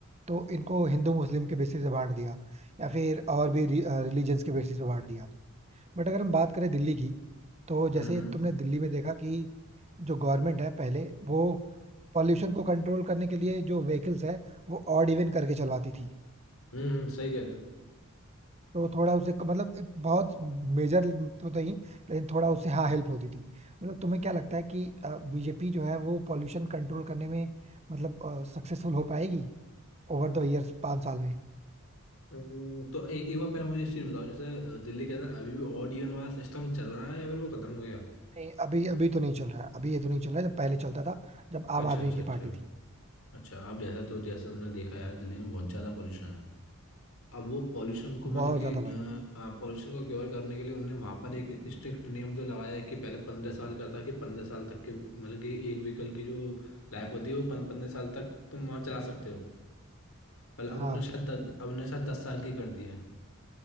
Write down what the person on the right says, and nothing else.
तो इनको हिंदू मुस्लिम के बेसिस पे बांट दिया या फिर और भी रिलीजन्स के बेसिस पे बांट दिया बट अगर हम बात करें दिल्ली की तो
जैसे
तुमने दिल्ली में देखा कि जो गवर्नमेंट है पहले वो पॉल्यूशन को कंट्रोल करने के लिए जो व्हीकल्स है वो ऑड इवन करके चलवाती थी
तो थोड़ा उसे क- मतलब एक बहुत मेजर तो नहीं लेकिन थोड़ा उसे हाँ हेल्प होती थी मतलब तुम्हें क्या लगता है कि बीजेपी जो है वो पॉल्यूशन कंट्रोल करने में मतलब सक्सेसफुल हो पाएगी ओवर द इयर्स पाँच साल में
नहीं अभी अभी तो नहीं चल रहा है अभी ये तो नहीं चल रहा है जब पहले चलता था जब
आम आदमी
की
पार्टी थी
बहुत
ज्यादा भाई
हाँ